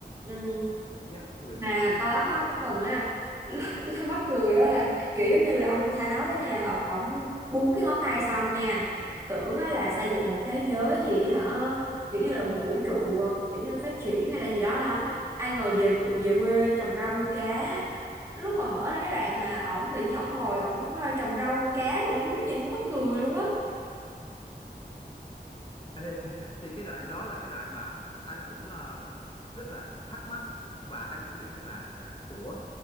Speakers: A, on the right; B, on the left.
A: ừ.
B: dẫn dắt người
A: mà
B: coi kinh
A: có
B: khủng luôn
A: có cái phần á <laughs> mắc cười đó là kiểu giống như là ông Thanos đó nha ông ông búng cái ngón tay xong nha tưởng á là xây dựng một thế giới gì á hả kiểu như là một vũ trụ ờ, kiểu như là phát triển hay là gì đó lắm ai ngờ về về quê trồng rau nuôi cá lúc mà mở ra cái đoạn mà ổng tự nhiên ổng ngồi ổng ờ, trồng rau nuôi cá rồi đúng nhìn đúng mắc cười luôn á
B: Ê, thì cái đoạn đó là cái đoạn mà anh cũng ờ, rất là thắc mắc và anh cũng nghĩ rằng là ủa